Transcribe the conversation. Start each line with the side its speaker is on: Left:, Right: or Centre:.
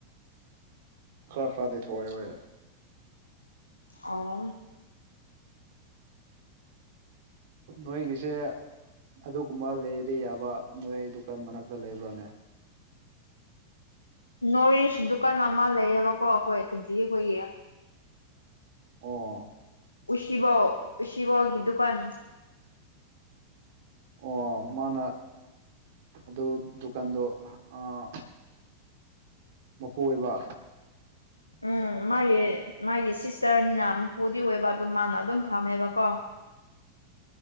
Right: ꯈꯔ ꯈꯔꯗꯤ ꯊꯣꯛ ꯋꯦ ꯋꯦ
Left: ꯑꯣꯡ
Right: ꯅꯣꯏꯒꯤꯁꯦ ꯑꯗꯨꯒꯨꯝꯕ ꯂꯩꯕ ꯌꯥꯕ ꯅꯣꯏ ꯗꯨꯀꯥꯟ ꯃꯅꯥꯛꯇꯥ ꯂꯩꯕ꯭ꯔꯣꯅꯦ
Left: ꯅꯣꯔꯤꯁ ꯗꯨꯀꯥꯟ ꯑꯃ ꯂꯩꯌꯦꯕꯀꯣ ꯑꯈꯣꯏ ꯀꯟꯇꯤ ꯑꯩꯈꯣꯏꯒꯤ
Right: ꯑꯣ
Left: ꯎꯁꯤꯕꯧ ꯎꯁꯤꯕꯧꯒꯤ ꯗꯨꯀꯥꯟ
Right: ꯑꯣ ꯃꯥꯅ ꯑꯗꯨ ꯗꯨꯀꯥꯟꯗꯣ ꯑꯥ ꯃꯥꯄꯨ ꯑꯣꯏꯕꯥ
Left: ꯎꯝ ꯃꯥꯒꯤ ꯃꯥꯒꯤ ꯁꯤꯁꯇꯔꯅꯤꯅ ꯃꯄꯨꯗꯤ ꯑꯣꯏꯕ ꯑꯗꯨꯝ ꯃꯥꯅ ꯑꯗꯨꯝ ꯐꯝꯃꯦꯕꯀꯣ